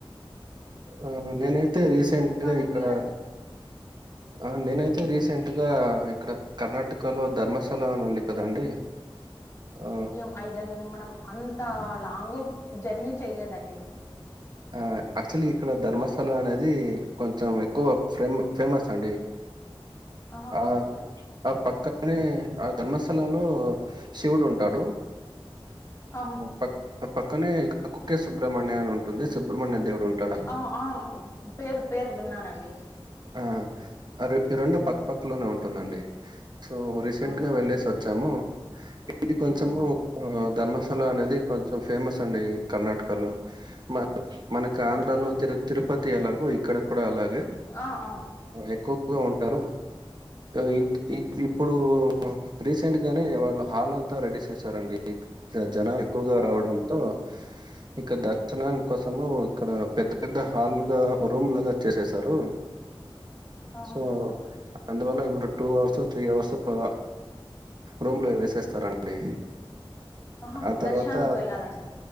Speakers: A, on the right; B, on the left.
A: ఆ నేనైతే రీసెంట్గా
B: ఇంకా అండి
A: ఇక్కడ
B: మీరండి
A: ఆ నేనైతే రీసెంట్ గా ఇక్కడ కర్ణాటకలో ధర్మశాల అని ఉంది కదండి ఆ
B: ఏం ఐడియా లేదు మనం అంత లాంగ్ జర్నీ చేయలేదండి
A: ఆ యాక్చువల్లీ ఇక్కడ ధర్మస్థలం అనేది కొంచెం ఎక్కువ ఫేమ ఫేమస్ అండి
B: ఆహా
A: ఆ
B: ఓకే
A: ఆ పక్కనే ఆ ధర్మస్ లలో శివుడు ఉంటాడు
B: ఆహా
A: పక్క పక్కనే కుక్కే సుబ్ర్మణ్య అని ఉంటుంది సుబ్రహమణ్య దేవుడు ఉంట
B: ఆ ఆ పేరు పేరు విన్నానండి
A: ఆ ఈ రెండు పక్కపక్కలోనే ఉంటుందండి సో రీసెంట్గా
B: ఆహా,
A: వెళ్ళేసి
B: ఓకే,
A: వచ్చాము
B: ఓకే.
A: ఇది కొంచము
B: ఆహా,
A: ధర్మశాల అనేది కొంచెం ఫేమస్ అండి కర్ణాటకలో మ మనకి ఆంధ్రాలో
B: ఓకే
A: తిరు తిరుపతి ఎలాగో ఇక్కడ కూడా అలాగే
B: ఆ అ
A: ఎక్కువగా ఉంటారు ఇ ఇ ఇప్పుడు రీసెంట్ గానే వాళ్ళు హాల్ అంతా రెడీస్ చేసారండి జనాలు ఎక్కువగా
B: ఆహా
A: రావడంతో ఇక్క దర్శనానికి కోసము ఇక్కడ పెద్ద పెద్ద హాల్గా రూమ్ లాగా చేసేసారు
B: ఆహా
A: సో
B: ఓకే
A: అందువల్ల ఇప్పుడు టూ అవర్స్ త్రీ అవర్స్ పో రూమ్ లో వేసేస్తారండి
B: ఆహా
A: ఆ తర్వాత
B: దర్శనానికి వెళ్ళాలంటే